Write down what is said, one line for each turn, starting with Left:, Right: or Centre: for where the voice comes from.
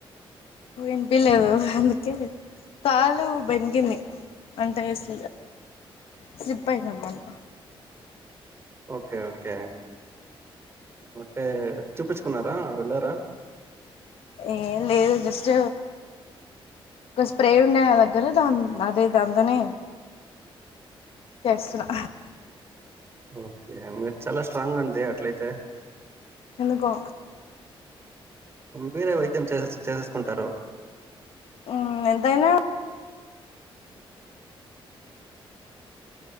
Left: వినిపీయలేదు అందుకే కాలు బెణికింది అంటే స్ స్లిప్ అయిందనమాట
Right: ఓకే ఓకే అంటే చూపించుకున్నారా వెళ్ళారా
Left: ఏం లేదు జస్ట్ ఒక స్ప్రే ఉండే నా దగ్గర దా అదే దాంతోనే చేస్తున్నా
Right: ఓకే మీరు చాలా స్ట్రాంగ్ అంది అట్లయితే
Left: ఎందుకో
Right: మీరే వైద్యం చేస్ చేసేసుకుంటారు
Left: హు ఎంతైనా